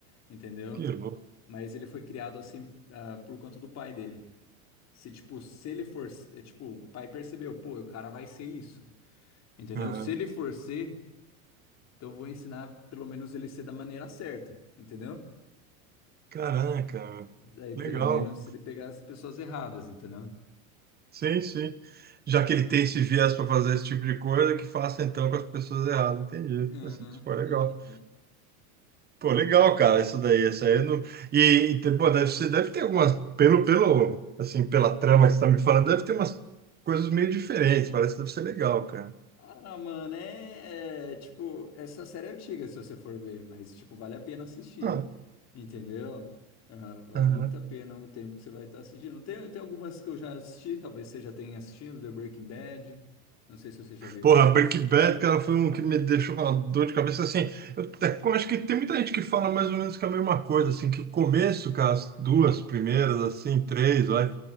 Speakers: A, on the left; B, on the right.
A: entendeu?
B: Que louco.
A: Mas ele foi criado assim, ah, por conta do pai dele. Se, tipo, se ele for, é, tipo, o pai percebeu, pô, o cara vai ser isso, entendeu?
B: Aham.
A: Se ele for ser, então eu vou ensinar pelo menos ele ser da maneira certa, entendeu?
B: Caraca, meu.
A: Daí pelo
B: legal.
A: menos ele pegar as pessoas erradas, entendeu?
B: Sim, sim. Já que ele tem esse viés para fazer esse tipo de coisa, que faça então com as pessoas erradas. Entendi.
A: Aham,
B: Assim, pô, legal.
A: uhum.
B: Pô,
A: É
B: legal,
A: bem-
B: cara, isso daí, isso aí eu não... E, e tem- pô, deve, ser- deve ter algumas, pelo, pelo, assim, pela trama que você tá me falando, deve ter umas coisas meio diferentes, parece que deve ser legal, cara.
A: Ah, mano, é, é, tipo, essa série é antiga se você for ver, mas tipo, vale a pena assistir,
B: Ah,
A: entendeu? Ah, vale
B: aham.
A: muito a pena o tempo que você vai estar assistindo. Tem, tem algumas que eu já assisti, talvez você já tenha assistido, The Breaking Bad. Não sei se você já viu.
B: Porra, Breaking Bad, cara, foi um que me deixou com uma dor de cabeça, assim, eu até com- acho que tem muita gente que fala mais ou menos que é a mesma coisa, assim, que o começo, cara, as duas primeiras, assim, três, vai,